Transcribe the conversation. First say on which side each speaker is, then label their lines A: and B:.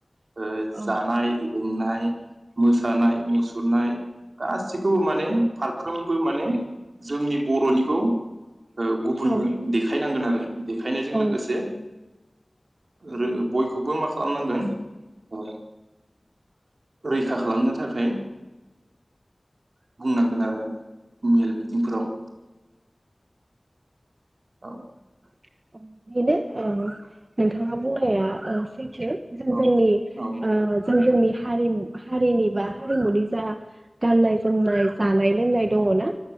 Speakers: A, on the right (about 85°); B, on the right (about 55°).
A: ओ
B: औ
A: जानाय लोंनाय मोसानाय मुसुर माय गासिखौबो माने फारफ्रोमबो माने जोंनि बर'निखौ ओ गुबुननो
B: औ
A: देखायनांगोन आरो देखायनायजों
B: औ
A: लोगोसे आरो बय बखौबो मा खालामनांगोन ओ रैखा खालामनो थाखाय बुंनांगोन आरो। मेल मिटिंफोराव। औ।
B: अ बेनो ओ नोंथां। नोंथां बुंनाया ओ सैथो जों
A: औ
B: जोंनि
A: औ
B: ओ जों जोंनि हारिमु हारिनि बा हारिमुनि जा गाननाय-जोमनाय, जानाय-लोंनाय दङना।